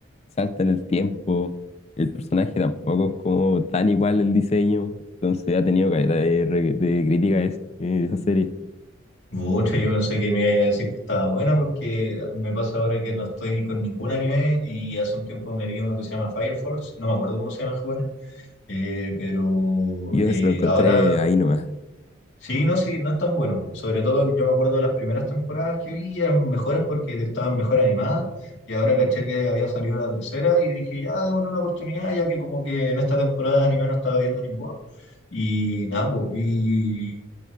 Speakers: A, on the left (about 30°); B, on the left (about 60°).
A: saltan el tiempo. El personaje tampoco es como tan igual el diseño, entonces ha tenido caleta de, re- de crítica es- eh, esa serie.
B: Mucha, yo pensé que me iba a decir que estaba buena porque me pasa ahora que no estoy con ningún anime y hace un tiempo me vi uno que se llama Fire Force, no me acuerdo cómo se llama en japonés, eh, pero
A: Y yo
B: eh,
A: se lo encontré
B: ahora
A: ahí nomás.
B: Sí, no, sí, no es tan bueno. Sobre todo yo me acuerdo de las primeras temporadas que vi, eran mejores porque estaban mejor animadas y ahora caché que había salido la tercera y dije, ya, démosle una oportunidad, ya que como que en esta temporada de anime no estaba viendo ninguno. Y nada, pues vi,